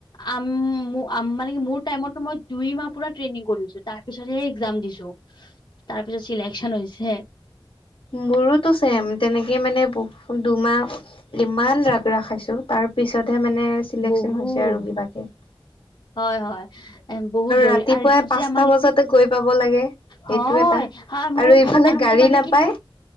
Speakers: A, on the left; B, on the left.
A: আম মু মানে মোৰ টাইমত মই দুই মাহ পৰা ট্ৰেইনিং কৰিছো। তাৰ পিছতহে এক্সাম দিছো। তাৰ পিছত চিলেকচন হৈছে।
B: মোৰোতো চেম। তেনেকে মানে ব দুমাহ ইমান ৰাত ৰাখাইছো। তাৰ পিছতহে মানে চিলেকচন
A: বহুত
B: হৈছে আৰু কিবাকে।
A: হয়, হয়। এ বহুত দৌৰে
B: ৰাতিপুৱাই
A: আৰু এইটোত
B: পাঁচটা
A: যে আমাক,
B: বজাতে গৈ পাব লাগে সেইটো
A: হয়
B: এটা
A: হা মোৰ
B: ইফালে
A: আৰু
B: গাড়ী
A: মোৰ মানে
B: নাপায়
A: কি